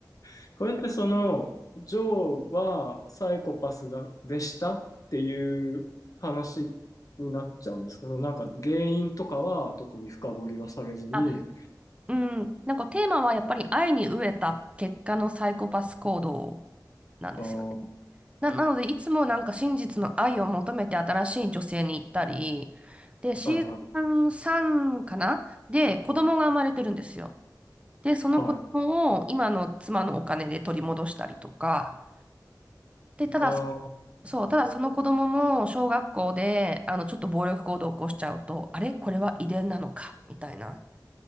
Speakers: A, on the left (about 50°); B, on the right (about 15°).
A: <laughs> これってその、ジョーはサイコパスだ、でしたっていう話になっちゃうんですけど、なんか原因とかは特に深掘りはされずに、
B: あ、うん、なんかテーマはやっぱり愛に飢えた結果のサイコパス行動なんですよ。
A: あー、
B: な、なので、いつもなんか真実の愛を求めて新しい女性に行ったり、で、シーズン3かなで、
A: はいは
B: 子供が生まれてるんですよ。で、その子供を今の妻のお金で取り戻したりとか、
A: いはい。
B: で、ただ、
A: あー、
B: そう、
A: なるほど。
B: ただその子供も小学校で、あの、ちょっと暴力行動を起こしちゃうと、あれこれは遺伝なのかみたいな。